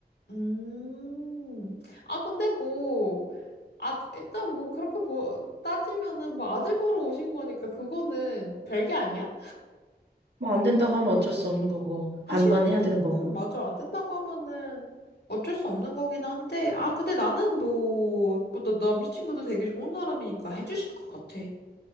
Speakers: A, on the left (about 85°); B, on the right (about 85°).
A: 음, 아, 근데 뭐, 아, 일단 뭐 그렇게 보, 따지면은 뭐 아들 보러 오신 거니까 그거는 별게 아니야?
B: 뭐 안 된다고 하면 어쩔 수 없는 거고
A: 그치
B: 반반
A: 뭐.
B: 해야 되는 거고.
A: 응, 맞아. 안 된다고 하면은 어쩔 수 없는 거긴 한데. 아, 근데 나는 뭐, 뭐, 너 남자친구도 되게 좋은 사람이니까 해주실 것 같아.